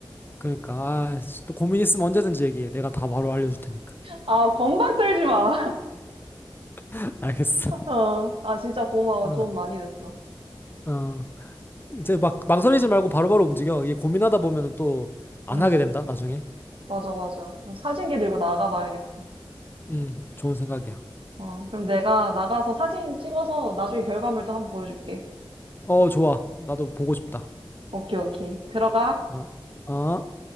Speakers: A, on the left; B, on the right.
A: 그러니까 아, 또 고민 있으면 언제든지 얘기해. 내가 다 바로 알려줄 테니까.
B: 아, 건방 떨지 마.
A: <laughs> 알겠어.
B: <laughs> 어. 아, 진짜 고마워.
A: 어.
B: 도움 많이 됐어.
A: 어. 이제 막 망설이지 말고 바로바로 움직여. 이게 고민하다 보면은 또 안
B: 응,
A: 하게 된다, 나중에.
B: 맞아, 맞아. 어, 사진기 들고 나가봐야겠어.
A: 음. 좋은 생각이야.
B: 어, 그럼 내가 나가서 사진 찍어서 나중에 결과물도 한번 보여줄게.
A: 어, 좋아. 나도 보고 싶다.
B: 오케이, 오케이. 들어가.
A: 어, 어.